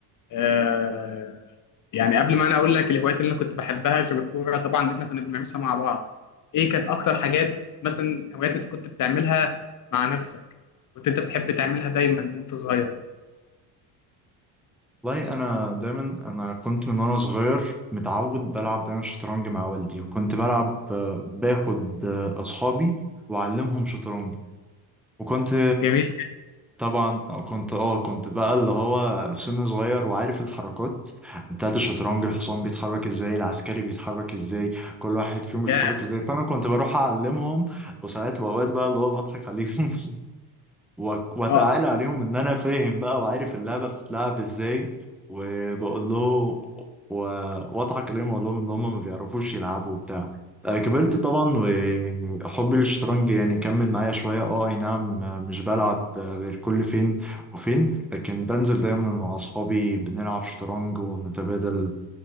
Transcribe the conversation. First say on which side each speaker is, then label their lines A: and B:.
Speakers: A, on the left (about 45°); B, in the centre.
A: آه، يعني قبل ما انا اقول لك الهوايات اللي انا كنت بحبها غير الكوره طبعا إن احنا كنا بنمارسها مع بعض ايه كانت اكتر حاجات مثلا هوايات انت كنت بتعملها مع نفسك كنت انت بتحب تعملها دايما وانت صغير
B: والله أنا دايما أنا كنت من وأنا صغير متعود بلعب دايما شطرنج مع والدي وكنت بلعب آه، باخد آه، أصحابي وأعلمهم شطرنج وكنت
A: جميل
B: طبعا آه، كنت اه كنت بقى اللي هو في سن صغير وعارف الحركات بتاعت الشطرنج الحصان بيتحرك ازاي العسكري بيتحرك ازاي كل واحد فيهم بيتحرك
A: يا
B: ازاي فانا كنت بروح اعلمهم وساعات واوقات بقى اللي هو بضحك عليهم <laughs> و- واتعالى
A: اه
B: عليهم ان انا فاهم بقى وعارف اللعبه بتتلعب ازاي وبقول له و- واضحك عليهم واقول لهم ان هم ما بيعرفوش يلعبوا وبتاع آه، كبرت طبعا وحبي للشطرنج يعني كمل معايا شويه اه اي نعم آه، مش بلعب آه، غير كل فين وفين لكن بنزل دايما مع اصحابي بنلعب شطرنج ونتبادل